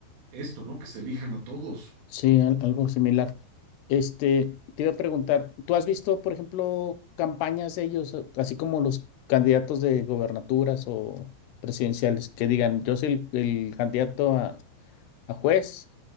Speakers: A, on the right; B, on the left.
A: esto, ¿no? Que se elijan a todos.
B: Sí, al- algo similar. Este, te iba a preguntar, ¿tú has visto, por ejemplo, campañas de ellos, a- así como los candidatos de gobernaturas o presidenciales, que digan, yo soy el, el candidato a, a juez